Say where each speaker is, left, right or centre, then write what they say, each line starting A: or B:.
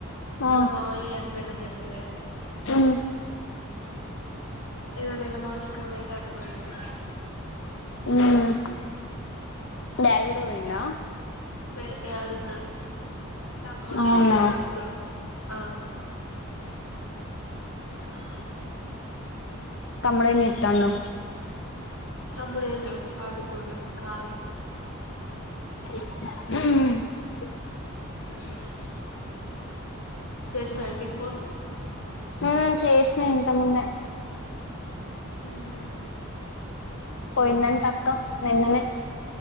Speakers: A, on the left (about 55°); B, on the left (about 85°).
A: ఆ
B: అళ్లా మామయ్య చనిపోయిండని చెప్పలే
A: ఉమ్
B: ఏదోన్నెల మాషికమైతే అటు పోయింది
A: ఉమ్ డాడీ కూడా పోయిండా
B: కద పెద్ద యాడున్నాడో తమ్ముడు
A: అవునా
B: నేను డాడీ ముగ్గురం <inaudible> ఆ అ మా
A: తమ్ముడు ఏం చెత్తండు
B: తమ్ముడు ఏం లే పండుకుండు ఖాళీ
A: ఊమ్
B: మ్ చేసిన ఎంటి ఫోను ఆ
A: ఆ చేసిన ఇంత ముందే
B: మ్మ్
A: పోయిందంట అక్క నిన్ననే